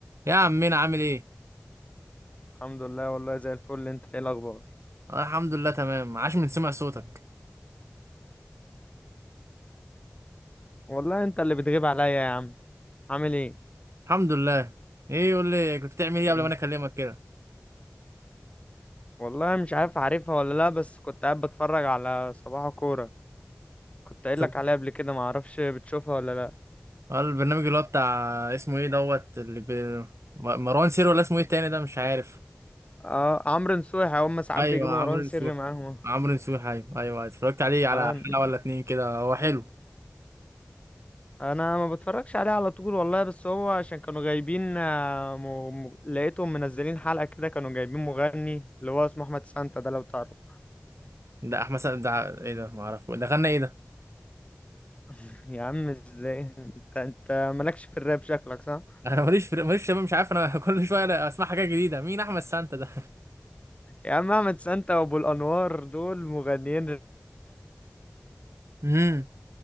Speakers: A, on the right; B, on the left.
A: يا عمنا عامل ايه؟
B: الحمد لله والله زي الفل انت ايه الاخبار
A: آه الحمد لله تمام عاش من سمع صوتك
B: والله انت اللي بتغيب عليا يا عم عامل ايه
A: الحمد لله ايه يقول لي كنت بتعمل
B: ايه؟
A: ايه قبل ما انا اكلمك كده
B: والله مش عارف عارفها ولا لا بس كنت قاعد بتفرج على صباح كورة كنت قايل
A: طب
B: لك عليها قبل كده ما اعرفش بتشوفها ولا لا
A: آه البرنامج اللي هو بتاع اسمه ايه دوت اللي ب... م- مروان سير ولا اسمه ايه التاني ده مش عارف
B: اه عمرو نصوحي هم ساعات
A: ايوه
B: بيجيبوا مروان
A: عمرو نسوح
B: سري معاهم
A: عمرو نسوح ايوه ايوه ايوه. اتفرجت عليه على
B: اه
A: حلقه
B: ن-
A: ولا اتنين كده هو حلو
B: انا ما بتفرجش عليه على طول والله بس هو عشان كانوا جايبين آه، م... م... لقيتهم منزلين حلقة كده كانوا جايبين مغني اللي هو اسمه احمد سانتا ده لو تعرف
A: ده احمد سعد ده ايه ده ما اعرف ده غنى ايه ده
B: <laughs> يا عم ازاي انت انت مالكش في الراب شكلك صح
A: <laughs> انا ماليش في... ماليش شباب مش عارف انا <laughs> كل شويه أنا اسمع حاجات جديده مين احمد سانتا ده
B: يا عم احمد سانتا وابو الانوار دول مغنيين راب
A: امم